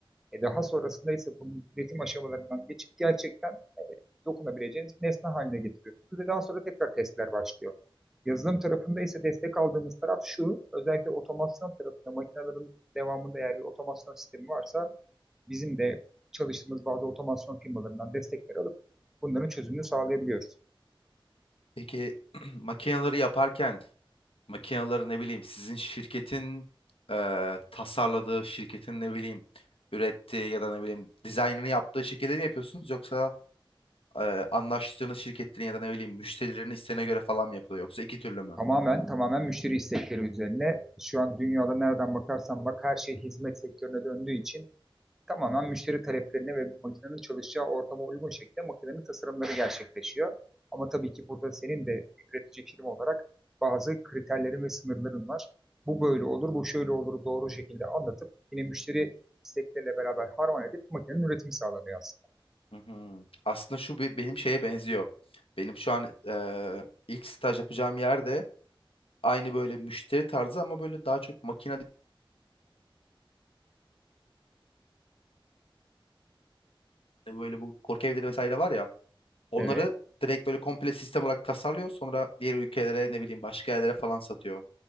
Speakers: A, in the centre; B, on the left.
A: E daha sonrasında ise bunun üretim aşamalarından geçip gerçekten dokunabileceğiniz bir nesne haline getiriyorsunuz ve daha sonra tekrar testler başlıyor. Yazılım tarafında ise destek aldığımız taraf şu, özellikle otomasyon tarafında makinelerin devamında eğer bir otomasyon sistemi varsa bizim de çalıştığımız bazı otomasyon firmalarından destekler alıp bunların çözümünü sağlayabiliyoruz.
B: Peki <clears throat> makineleri yaparken Makinaları ne bileyim sizin şirketin eee, tasarladığı şirketin ne bileyim ürettiği ya da ne bileyim dizaynını yaptığı şekilde mi yapıyorsunuz yoksa eee, anlaştığınız şirketlerin ya da ne bileyim müşterilerin isteğine göre falan mı yapılıyor yoksa iki türlü mü?
A: Tamamen tamamen müşteri istekleri üzerine şu an dünyada nereden bakarsan bak her şey hizmet sektörüne döndüğü için tamamen müşteri taleplerine ve makinenin çalışacağı ortama uygun şekilde makinenin tasarımları gerçekleşiyor. Ama tabii ki burada senin de üretici firma olarak bazı kriterlerin ve sınırların var. Bu böyle olur, bu şöyle olur doğru şekilde anlatıp yine müşteri istekleriyle beraber harman edip makinenin üretimi sağlanıyor aslında.
B: Hı hı. Aslında şu bir- benim şeye benziyor. Benim şu an eee, ilk staj yapacağım yerde aynı böyle müşteri tarzı ama böyle daha çok makine değil, böyle bu korku evleri vesaire var ya onları
A: Evet.
B: direkt böyle komple sistem olarak tasarlıyor sonra diğer ülkelere ne bileyim başka yerlere falan satıyor.